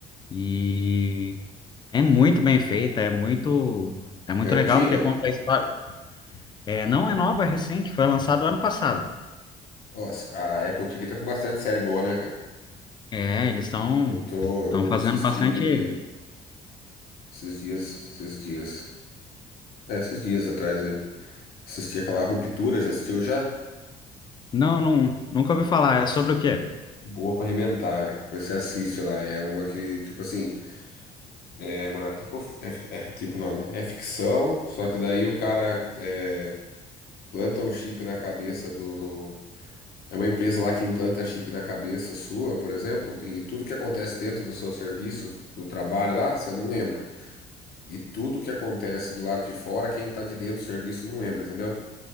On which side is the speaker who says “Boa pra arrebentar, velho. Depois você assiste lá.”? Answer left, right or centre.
Left